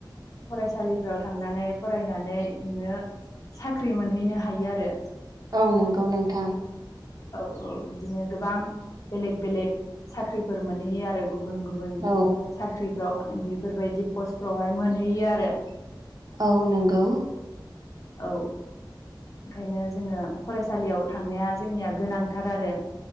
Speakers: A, on the left; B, on the right.
A: फरायसालिफोराव थांनानै फरायनानै नोङो साख्रि मोनहैनो हायो आरो।
B: औ नंगौ नोंथां।
A: औ औ बिदिनो गोबां बेलेग बेलेग साख्रिफोर मोनहैयो आरो गुबुन गुबुन
B: औ
A: साख्रि फाराव बेफोरबायदि पस्टफ्रावहाय मोनहैयो आरो।
B: औ नोंगौ
A: औ। ओंखायनो जोङो फरायसालियाव थांनाया जोंनिया गोनांथार आरो।